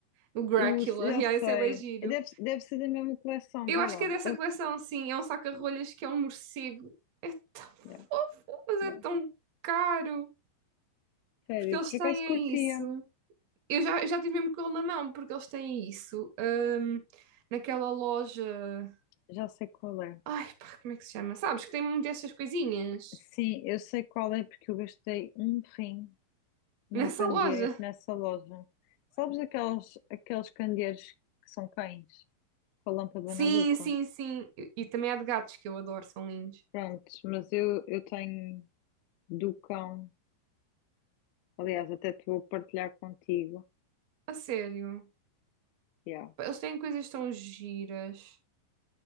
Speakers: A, on the right; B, on the left.
A: O Drácula.
B: O, eu
A: <laughs> Yeah,
B: sei,
A: esse é bem giro.
B: deve, deve ser da mesma coleção,
A: Eu
B: vê
A: acho
B: lá.
A: que é dessa coleção, sim. É um saca-rolhas que é um morcego. É tão fofo,
B: Yeah,
A: mas é
B: yeah.
A: tão caro.
B: Sério,
A: Porque eles
B: por
A: têm
B: acaso
A: é
B: curtia.
A: isso. Eu já, eu já tive mesmo com ele na mão, porque eles têm isso. hum, naquela loja.
B: Já sei qual é.
A: Ai, pá, como é que se chama? Sabes que tem muito dessas coisinhas
B: Sim, eu sei qual é porque eu gastei um rim num
A: nessa
B: candeeiro
A: loja.
B: nessa loja. Sabes aqueles, aqueles candeeiros que são cães com a lâmpada
A: Sim,
B: na boca?
A: sim, sim. E, e também há de gatos que eu adoro, são lindos.
B: Pronto, mas eu, eu tenho do cão. Aliás, até te vou partilhar contigo.
A: A sério.
B: Yeah.
A: Pá, Eles têm coisas tão giras.